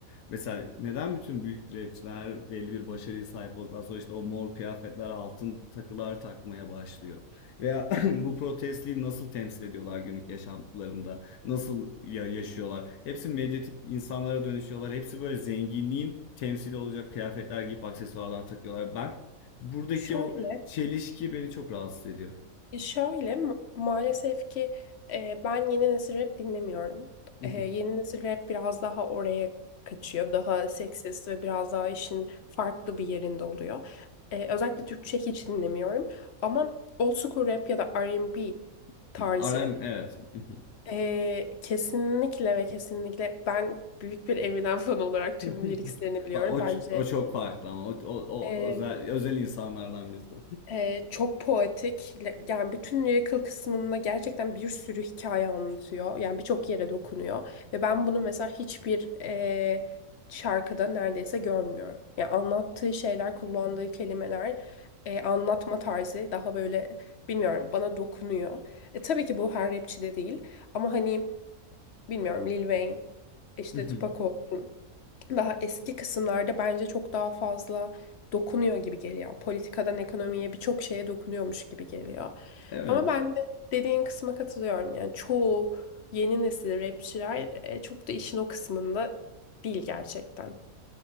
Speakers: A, on the left; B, on the left.
A: Mesela neden bütün büyük rapçiler belli bir başarıya sahip olduktan sonra işte o mor kıyafetler, altın takılar takmaya başlıyor? Veya <clears throat> bu protestliği nasıl temsil ediyorlar günlük yaşantılarında? Nasıl ya- yaşıyorlar? Hepsi medyatik insanlara dönüşüyorlar. Hepsi böyle zenginliğin temsili olacak kıyafetler giyip aksesuarlar takıyorlar. Ben buradaki
B: Şöyle
A: o çelişki beni çok rahatsız ediyor.
B: E, Şöyle ma- maalesef ki e, ben yeni nesil rap dinlemiyorum.
A: <laughs>
B: E, yeni nesil rap biraz daha oraya kaçıyor. Daha seksist ve biraz daha işin farklı bir yerinde oluyor. E, özellikle Türkçe hiç dinlemiyorum. Ama old school rap ya da R&B tarzı
A: RM evet. <laughs>
B: e, kesinlikle ve kesinlikle ben büyük bir Eminem <laughs> fanı olarak tüm
A: <laughs>
B: liriklerini biliyorum.
A: Va- O, ç-
B: Bence
A: o çok farklı ama o, o, o
B: e,
A: özel, özel insanlardan birisi.
B: Ee, çok poetik. Le- Yani bütün lyrical kısmında gerçekten bir sürü hikaye anlatıyor. Yani birçok yere dokunuyor. Ve ben bunu mesela hiçbir e, şarkıda neredeyse görmüyorum. Yani anlattığı şeyler, kullandığı kelimeler, e, anlatma tarzı daha böyle bilmiyorum bana dokunuyor. E, tabii ki bu her rapçi de değil. Ama hani bilmiyorum Lil Wayne, işte
A: <laughs>
B: Tupac olsun daha eski kısımlarda bence çok daha fazla dokunuyor gibi geliyor. Politikadan ekonomiye birçok şeye dokunuyormuş gibi geliyor.
A: Evet.
B: Ama ben de dediğin kısma katılıyorum. Yani çoğu yeni nesil rapçiler e, çok da işin o kısmında değil gerçekten.